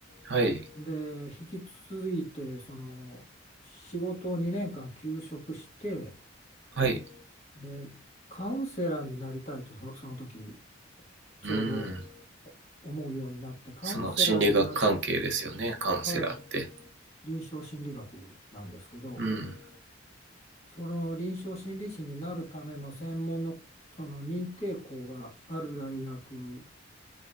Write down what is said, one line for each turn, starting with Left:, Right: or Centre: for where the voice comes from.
Right: はい。
Left: で、引き続いて、その、仕事を2年間休職して、
Right: はい。
Left: で、カウンセラーになりたいと、その、その時、ちょうどお思うようになって、
Right: うん。
Left: カウンセラーになる、
Right: その心理学関係ですよね。カウンセラーって。
Left: はい、臨床心理学なんですけど、
Right: うん。
Left: その臨床心理士になるための専門の、その認定校がある大学